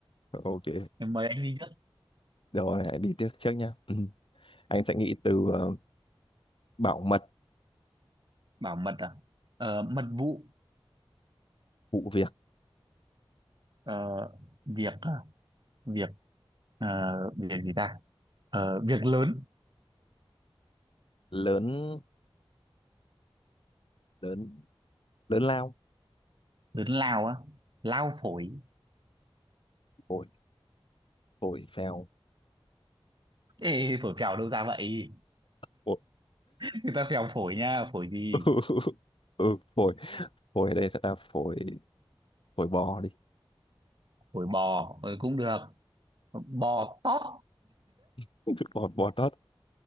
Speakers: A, on the left; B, on the right.
A: ok
B: em mời anh đi trước
A: rồi hãy đi tiếp trước nhá Ừm, anh sẽ nghĩ từ ờ, bảo mật
B: bảo mật à ờ, mật vụ
A: vụ việc
B: ờ, việc à? việc ờ, việc gì ta ờ, việc lớn
A: lớn lớn lớn lao
B: lớn lao á lao phổi
A: phổi phổi phèo
B: ê phổi phèo đâu ra vậy
A: phổi
B: <laughs> người ta phèo phổi nha phổi gì
A: <laughs> ừ, ừ, phổi phổi ở đây sẽ là phổi phổi bò đi
B: phổi bò ờ, cũng được bò tót
A: <laughs> bò bò tót